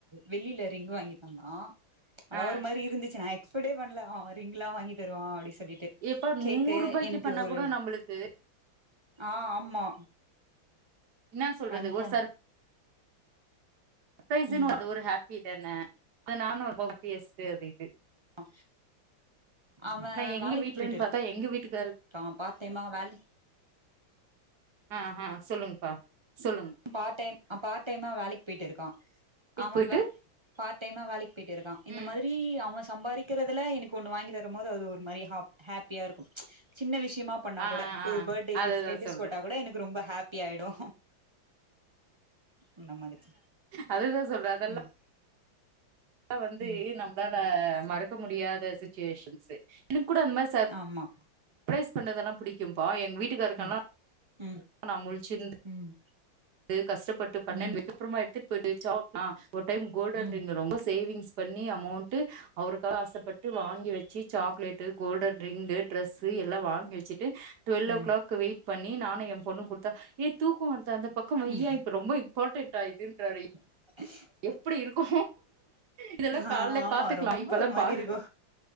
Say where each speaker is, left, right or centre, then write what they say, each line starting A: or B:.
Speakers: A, on the right; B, on the right.
A: வெள்ளியில ரிங்க் வாங்கி தந்தான் அதெல்லா
B: ஆ
A: ஒரு மாறி இருந்துச்சு நா எக்ஸ்பட்டே பண்ணல அவன் ரிங் லா வாங்கி தருவான் அப்டி சொல்லிட்டு
B: எப்பா நூறு
A: கேக்கு
B: ரூபாய்க்கு
A: எனக்கு
B: பண்ணா
A: ஒரு
B: கூட நம்மளுக்கு
A: ஆ ஆமா
B: என்னா சொல்றது
A: கன்ஃபார்ம்
B: ஒரு சர் சப்ரைஸ்ன்
A: ம்
B: அது ஒரு ஹேப்பி தான அது நானு ஒரு ஹோப்பியஸ்ஸு அப்டின்ட்டு
A: ஆ அவன்
B: எங்க
A: வேலைக்கு
B: வீட்லன்னு
A: போயிட்டு இருக்கா
B: பாத்தா எங்க வீட்டுக்காரு
A: பார்ட் டைமா வேலை
B: ஆ ஆ சொல்லுங்கப்பா சொல்லுங்க
A: பாட் டைம் பாட் டைமா வேலைக்கு போயிட்டு இருக்கா
B: வேலைக்கு
A: ஆமாவ
B: போயிட்டு
A: பாட் டைமா வேலைக்கு போயிட்டு இருக்கா இந்த
B: ம்
A: மாதி ரி அவ சம்பாரிக்கிறதுல எனக்கு ஒண்ணு வாங்கி தரும் போது அது ஒரு மாரி ஹா ஹப்பியா இருக்கு சின்ன விஷயமா பண்ணா
B: ஆ
A: கூட
B: ஆ
A: ஒரு பர்டேக்கு
B: அதுதா
A: ஸ்டேட்டஸ்
B: சொல்றே
A: போட்டா கூட எனக்கு ரொம்ப ஹப்பி ஆயிடு அந்த மாதிரி
B: அதுதா சொல்ற அதெல்லா
A: ம்
B: வந்து
A: ம்
B: நம்பளால மறக்க முடியாத சுச்சுவேஷன்ஸ் என்னு கூட அந்த மாதிரி சர்
A: ஆமா
B: சப்ரைஸ் பண்ணதெல்லா புடிக்கும்பா எங்க வீட்டுக்காருக்கெல்லா
A: ம் ம்
B: நா முழிச்சுருந்
A: ம்
B: து கஷ்டப்பட்டு பண்ண
A: ம்
B: வப்புறமா எடுத்துட்டு போயிட்டு வச்சா ஒரு டைம் கோல்டன்
A: ம்
B: ரிங்கு ரொம்ப சேவிங்ஸ் பண்ணி அமௌண்டு அவருக்காக ஆசப்பட் வாங்கி வச்சு சாக்லேட்டு கோல்டன் ரிங்கு ட்ரெஸ் எல்லா வாங்கி வச்சுட்டு டுவெல்
A: ம்
B: ஓ கிளாக் வெயிட் பண்ணி நானு எ பொண்ணு கொடுத்த ஏ தூக்கம் வருது அந்த பக்க வைய
A: ம்
B: இப்ப ரொம்ப இம்பார்டண்டா இதுன்றாரு
A: <unintelligible>
B: எப்டி இருக்கு இதெல்லா
A: ஆ
B: கால்ல
A: ஆமா
B: பாத்துக்கலா
A: ரொம்ப
B: இப்பல்லா
A: ஒரு மாரி
B: பா
A: இருக்கு